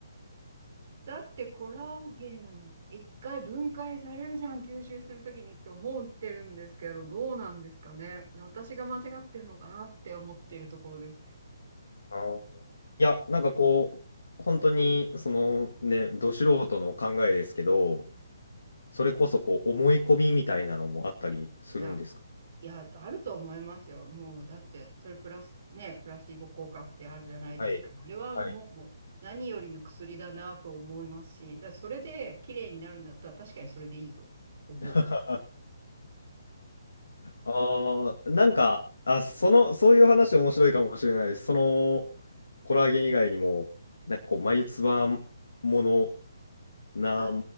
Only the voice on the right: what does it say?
だってコラーゲン一回分解されるじゃん、吸収するときにって思ってるんですけど、どうなんですかね。私が間違ってるのかなって思ってるところです。
いや、いや、あると思いますよ。もう、だって、それプラス、ね、プラシーボ効果ってあるじゃないですか。
あれはもう、
何よりの薬だなと思いますし、だからそれで綺麗になるんだったら、確かにそれでいいと思う。
あ